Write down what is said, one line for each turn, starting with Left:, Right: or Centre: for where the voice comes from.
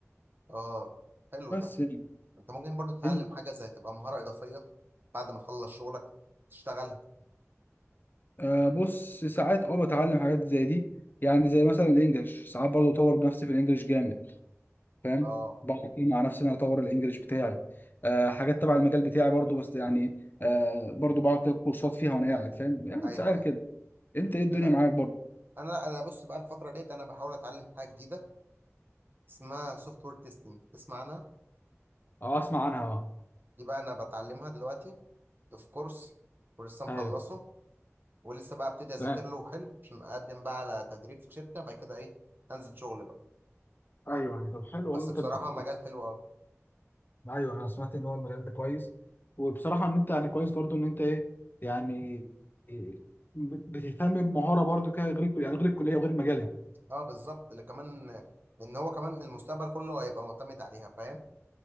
Right: اه حلو
Left: بس
Right: ده
Left: يعني
Right: انت ممكن برضو تتعلم
Left: إن...
Right: حاجه زي تبقى مهاره اضافيه بعد ما تخلص شغلك تشتغلها
Left: آه بص ساعات اه بتعلم حاجات زي دي يعني زي مثلا الانجليش ساعات برضو بطور بنفسي في الانجليش جامد فاهم
Right: اه
Left: بقعد كتير مع نفسي إن انا اطور الانجليش بتاعي آه حاجات تبع المجال بتاعي برضو بس يعني آه برضو بقعد كده كورسات فيها وانا قاعد فاهم يعني
Right: ايوه
Left: ساعات
Right: ايوه
Left: كده انت ايه الدنيا
Right: لا
Left: معاك برضو
Right: انا لا انا بص بقى الفتره ديت انا بحاول اتعلم حاجه جديده اسمها سوفت وير تيستنج تسمع عنها
Left: اه اسمع عنها اه
Right: دي بقى انا بتعلمها دلوقتي في كورس ولسه مخلصه
Left: ايوه
Right: ولسه بقى ابتدي اذاكر
Left: تمام
Right: له حلو عشان اقدم بقى على تدريب في شركه بعد كده ايه انزل شغل بقى
Left: ايوه يعني طب حلو والله
Right: بس
Left: انت
Right: بصراحه
Left: بت-
Right: مجال
Left: بت-
Right: حلو قوي
Left: ايوه انا سمعت ان هو المجال ده كويس وبصراحه ان انت يعني كويس برضو ان انت ايه يعني إيه بت- بتهتم بمهاره برضو كده غير الكل- يعني غير الكليه وغير المجال يعني
Right: اه بالظبط اللي كمان ان هو كمان المستقبل كله هيبقى معتمد عليها فاهم